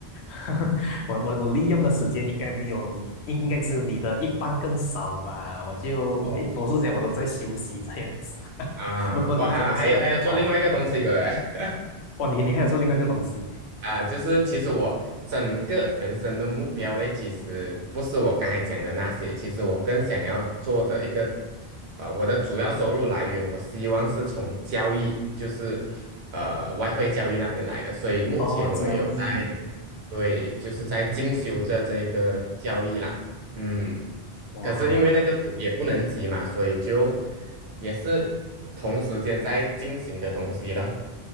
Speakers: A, on the left; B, on the right.
A: <laughs> 我我我利用的时间应该没有你，应应该只有你的一半更少吧。我就诶多数时间我都在休息这样子。
B: 哦，
A: <laughs>
B: 啊，
A: 不过你真的是哇，
B: 我还还有还有做另外一个东西过来
A: 蛮
B: <laughs>
A: 哇，你你还有做另外一个东西
B: 啊，就是其实我整个人生的目标嘞，其实不是我刚才讲的那些，其实我更想要做的一个，呃，我的主要收入来源，我希望是从交易，就是呃外汇交易那边来的，所以目前我也有在。
A: 哦，交易，
B: 对，就是在进修着这个教育啦，
A: 嗯，
B: 嗯，
A: 哇。
B: 可是因为那个不也不能急嘛，所以就也是同时间在进行的东西了